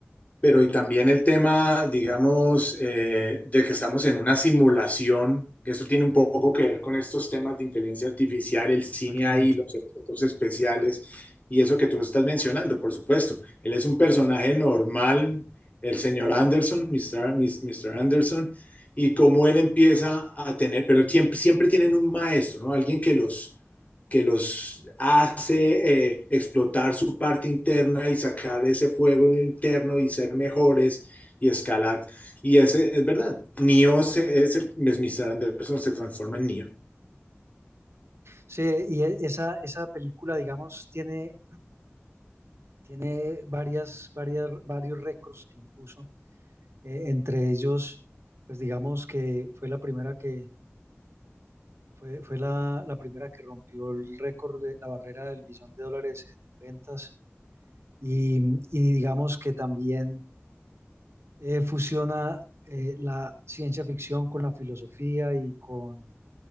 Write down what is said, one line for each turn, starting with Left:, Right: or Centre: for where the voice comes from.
Left: Pero y también el tema, digamos, eh, de que estamos en una simulación, que eso tiene un poco que ver con estos temas de inteligencia artificial, el cine
Right: <laughs> Exactamente.
Left: ahí, los efectos especiales y eso que tú estás mencionando, por supuesto. Él es un personaje normal, el señor Anderson, Mr. Mis- Mr. Anderson, y cómo él empieza a tener, pero siempre, siempre tienen un maestro, ¿no? Alguien que los que los hace eh, explotar su parte interna y sacar ese fuego interno y ser mejores y escalar. Y ese es verdad. Neo, se, ese, Mr. Anderson se transforma en Neo,
Right: Sí, y e- esa, esa película, digamos, tiene, tiene varias, varias, varios récords que impuso Eh, entre ellos, pues digamos que fue la primera que fue, fue la, la primera que rompió el récord de la barrera del billón de dólares en ventas y, y digamos que también eh, fusiona eh, la ciencia ficción con la filosofía y con,